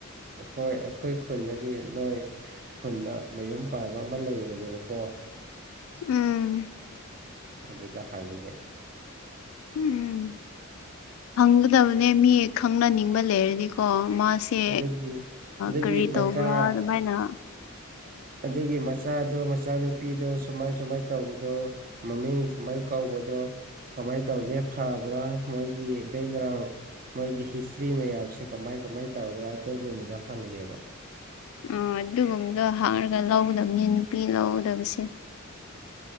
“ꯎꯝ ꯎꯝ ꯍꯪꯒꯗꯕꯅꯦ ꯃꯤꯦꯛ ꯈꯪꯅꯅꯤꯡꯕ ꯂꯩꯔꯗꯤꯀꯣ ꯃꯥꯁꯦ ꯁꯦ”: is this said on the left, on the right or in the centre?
Left